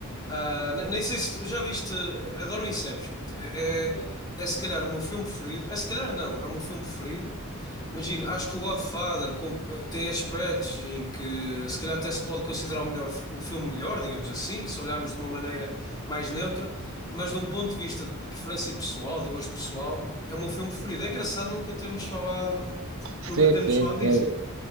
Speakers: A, on the left; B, on the right.
A: Ah, ne- nem, sei se tu já viste. Adoro o Inception. É, é, é se calhar o meu filme preferido. É se calhar não, é o meu filme preferido. Imagina, acho que o Godfather com- tem aspectos em que se calhar até se pode considerar o melhor, um filme melhor, digamos assim, se olharmos de uma maneira mais neutra. Mas de um ponto de vista de preferência pessoal, de gosto pessoal, é o meu filme preferido. É engraçado nunca termos falado,
B: Sim,
A: nunca termos
B: sim.
A: falado disso.
B: É...